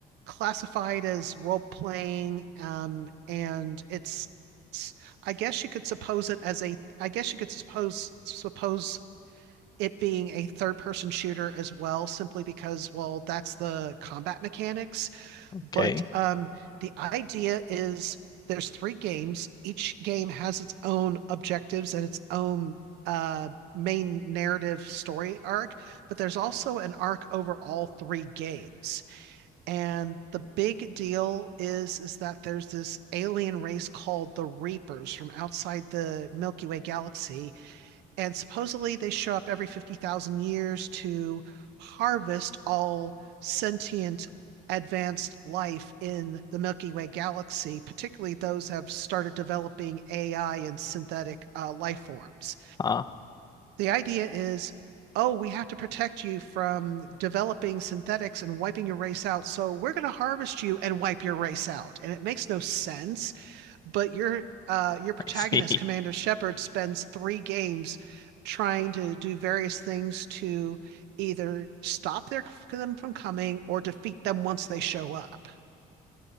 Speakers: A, on the right (about 85°); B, on the left (about 25°).
A: classified as role playing, um, and it's, it's- I guess you could suppose it as a. I guess you could suppose suppose it being a third person shooter as well, simply because well, that's the combat mechanics.
B: Okay.
A: But um, the idea is there's three games. Each game has its own objectives and its own uh, main narrative story arc, but there's also an arc over all three games. And the big deal is is that there's this alien race called the Reapers from outside the Milky Way galaxy, and supposedly they show up every 50,000 years to harvest all sentient advanced life in the Milky Way galaxy, particularly those have started developing AI and synthetic uh, life forms.
B: Ah,
A: The idea is, oh, we have to protect you from developing synthetics and wiping your race out. So we're going to harvest you and wipe your race out. And it makes no sense but your uh, your protagonist,
B: I see.
A: Commander
B: <laughs>
A: Shepard, spends three games trying to do various things to either stop their, them from coming or defeat them once they show up.